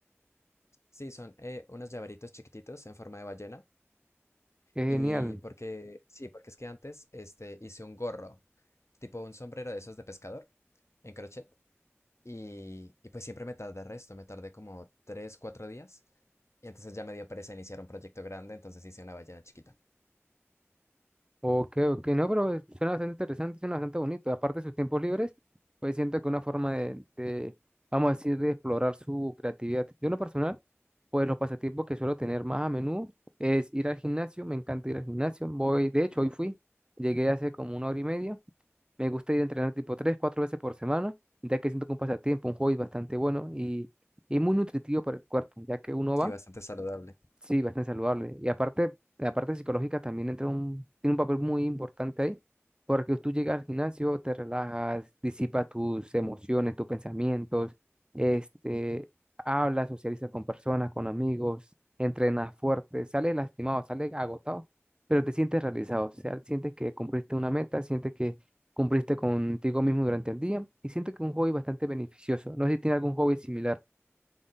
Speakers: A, on the left; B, on the right.
A: Sí, son eh, unos llaveritos chiquititos en forma de ballena.
B: qué genial.
A: Y porque, sí, porque es que antes este, hice un gorro, tipo un sombrero de esos de pescador, en crochet. Y, y pues siempre me tardé resto, me tardé como 3 4 días. Y entonces ya me dio pereza iniciar un proyecto grande, entonces hice una ballena chiquita.
B: Ok, ok, no, pero eh, suena bastante interesante, suena bastante bonito. Aparte de sus tiempos libres, pues siento que una forma de, de, vamos a decir, de explorar su creatividad. Yo en lo personal, pues los pasatiempos que suelo tener más a menudo es ir al gimnasio, me encanta ir al gimnasio. Voy, de hecho, hoy fui, llegué hace como una hora y media. Me gusta ir a entrenar tipo tres, cuatro veces por semana, ya que siento que un pasatiempo, un hobby bastante bueno y, y muy nutritivo para el cuerpo, ya que uno
A: Sí,
B: va.
A: bastante saludable.
B: Sí, bastante saludable. Y aparte, la parte psicológica también entra un, tiene un papel muy importante ahí, porque tú llegas al gimnasio, te relajas, disipas tus emociones, tus pensamientos, este, hablas, socializas con personas, con amigos, entrenas fuerte, sales lastimado, sales agotado, pero te sientes realizado, o sea, sientes que cumpliste una meta, sientes que cumpliste contigo mismo durante el día y siento que es un hobby bastante beneficioso. No sé si tiene algún hobby similar.